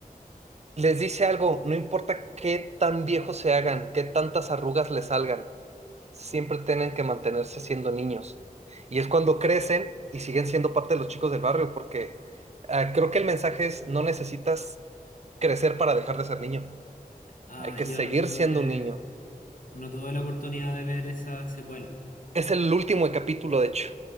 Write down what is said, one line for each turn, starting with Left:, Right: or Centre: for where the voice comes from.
Right: les dice algo, no importa qué tan viejos se hagan, qué tantas arrugas les salgan, siempre tienen que mantenerse siendo niños. Y es cuando crecen y siguen siendo parte de los chicos del barrio, porque ah, creo que el mensaje es, no necesitas crecer para dejar de ser niño,
Left: Ah,
Right: hay que
Left: yo
Right: seguir
Left: no tuve,
Right: siendo un niño.
Left: no tuve la oportunidad de ver esa secuela.
Right: Es el último capítulo, de hecho.